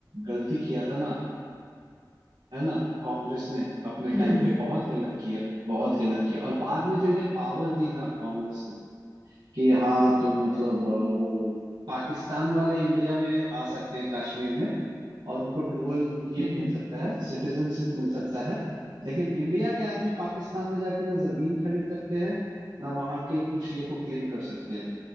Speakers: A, on the right; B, on the left.
A: गलती किया था ना है ना कांग्रेस ने अपने
B: <clears throat> हम्म
A: टाइम पे बहुत गलत किया बहुत गलत किया और बाद में जो इन्हें पावर दी ना कांग्रेस ने कि हाँ तुम मतलब अ, वो पाकिस्तान वाले इंडिया में आ सकते हैं कश्मीर में और उनको डुअल ये
B: हम्म
A: मिल सकता है सिटीजनशिप मिल सकता है लेकिन इंडिया के आदमी पाकिस्तान में जाके ना जमीन खरीद सकते हैं ना वहाँ के कुछ ये को क्लेम कर सकते हैं